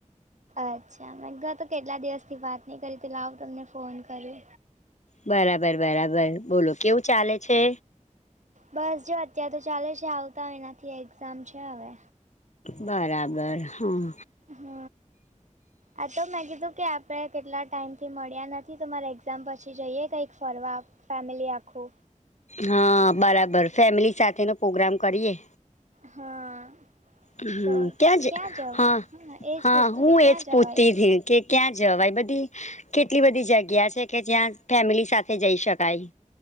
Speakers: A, on the right (about 65°); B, on the left (about 65°).
A: અચ્છા એમ તો તો કેટલા દિવસથી વાત નહી કરી તો લાવુ તમને ફોન કરી.
B: બરાબર બરાબર બોલો કેવુ ચાલે છે?
A: બસ જો અત્યાર તો ચાલે છે આવતા મહિનાથી એક્ઝામ છે હવે.
B: બરાબર હમ.
A: હમ આ તોમે કીધુ કે આપણે કેટલા ટાઈમથી મળ્યા નથી તો મારે એક્ઝામ પછી જઈએ કંઈક ફરવા ફેમિલી આખુ.
B: હા બરાબર ફેમિલી સાથેનો પ્રોગ્રામ કરીએ.
A: હા.
B: હ
A: તો
B: ત્યાં જ
A: ક્યાં જવ
B: હા
A: એ જ
B: હા
A: પૂછતી
B: હું
A: હતી ક્યાં
B: એજ
A: જવાય
B: પૂછતી થી. કે ક્યાં જવાય બધી કેટલી બધી જગ્યા છે કે જ્યાં ફેમિલી સાથે જઈ શકાય.